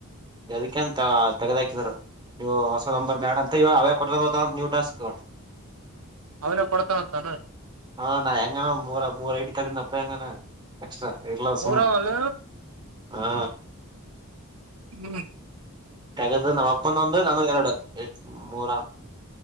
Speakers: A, on the right (about 20°); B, on the right (about 85°).
A: ಅದಕ್ಕೆಂತ ತಗದ ಹಾಕಿದರು ನೀವು ಹೊಸ ನಂಬರ್ ಬ್ಯಾಡ ಅಂತ ಅವೇ ಕೊ ತ್ತ ನ್ಯೂಡಾಸ್ಕರ್
B: ಅವನ ಕೊಡ್ತಂತಾನ
A: ಹ ನಾ ಎಂಗನ ಮ ಮೂರ ಮೂರು ಐಡಿ ತೆಗೆಗಂದಪ್ಪ ಎಂಗ ಎಾ ಎಲ್ಲ
B: ಮೂರವಲ್ಲ
A: ಸುಮ ಹಾ
B: ಹ್ಮ
A: ತಗದು ನಮ್ಮ ಅಪ್ಪಂದ ಒಂದು ನಾನು ಎರಡು ಎ ಮೂರ